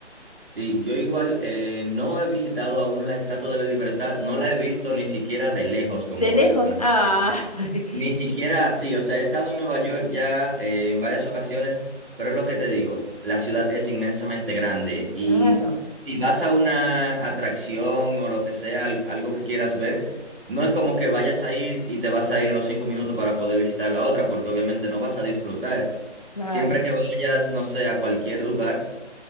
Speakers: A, on the right; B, on the left.
A: Sí, yo igual eh, no he visitado aún la Estatua de la Libertad, no la he visto ni siquiera de lejos, como,
B: De lejos,
A: eh, como
B: ah.
A: dice.
B: <laughs>
A: Ni siquiera
B: Y-
A: así, o sea, he estado en Nueva York ya eh, en varias ocasiones, pero es lo que te digo, la ciudad es inmensamente grande y
B: Claro,
A: si vas a una atracción o lo que sea, al- algo que quieras ver, no es como que vayas a ir y te vas a ir a los cinco minutos para poder visitar la otra, porque obviamente no vas a disfrutar.
B: claro.
A: Siempre que vayas, no sé, a cualquier lugar